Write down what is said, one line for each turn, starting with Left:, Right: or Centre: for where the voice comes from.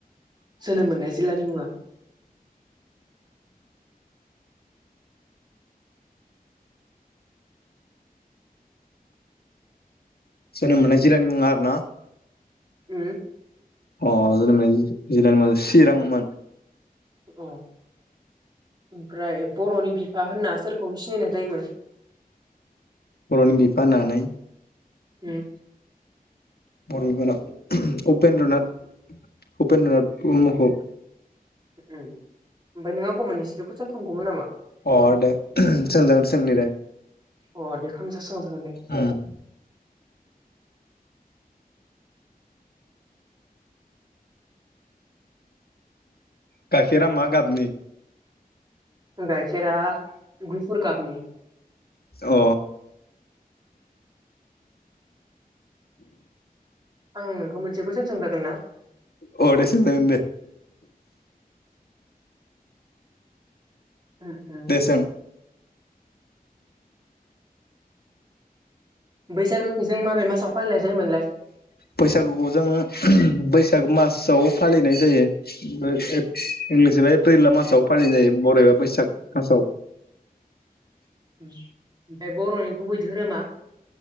Right: जोनोम मोननाय जिल्लानि मुङा?
Left: जोनोम मोननाय जिल्लानि मुङा आरो ना?
Right: उ।
Left: अ जोंनि जि जिलानि मुंआ चिरांमोन।
Right: अ। ओमफ्राय बर'नि बिफा होनना सोरखौ सिनायनाय जायोमोन।
Left: बर'नि बिफा होननानै।
Right: उम्म।
Left: बर'नि होनाव उपेन्द्रनाथ उपेन्द्रनाथ ब्रह्मखौ।
Right: उम्म ओमफाय नों आंखौ मोननैसोनो कुइसन खामगौमोन नामा।
Left: अ दे सोंजागोन सोंनि दे
Right: अ दे खाम जासोआबाबो जोगोन दे।
Left: उम गाखेरा मा गाबनि।
Right: गायखेरा गुफुर गपनि।
Left: अ।
Right: आं नोंखौ मोनसे कुइसन सोंजागोन ना।
Left: अ दे सोंजागोन दे
Right: उम उम
Left: दे सों।
Right: बैसागोखो जों माबे मासाव फालिनाय जायोमोनलाय।
Left: बैसागुखौ जों बैसागो मासाव फालिनाय जायो। इंलिस एबा एप्रिल मासाव फालिनाय बर' एबा बैसाग मासाव।
Right: ओमफाय बर'नि गुबै धोरोमा।